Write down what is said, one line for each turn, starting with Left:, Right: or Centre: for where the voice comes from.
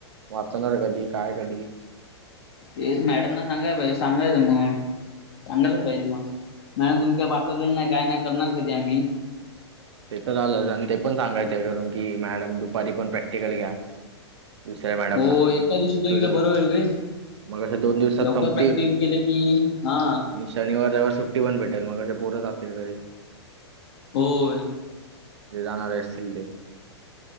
Right: वाचणार कधी काय कधी.
Left: हेच मॅडम ना सांगाय पाहिजे सांगायचं मग. सांगायला पाहिजे मग नाही तुम्ही काही पाठवलेलं नाही काय नाही करणार कधी आम्ही.
Right: <inaudible> ते तर आलंच आणि ते पण सांगायचं करून की मॅडम दुपारी पण प्रॅक्टिकल घ्या. दुसऱ्या मॅडमला
Left: हो एका दिवशी तुम्ही
Right: तूजत.
Left: काय बरं होईल रे
Right: मग अश्या दोन दिवसात
Left: लवकर
Right: संपतील.
Left: प्रॅक्टिस केले की हा
Right: शनिवार रविवार सुट्टी पण भेटेल मग पोरं राहतील घरी.
Left: होय.
Right: ते जाणार आहे असतील ते.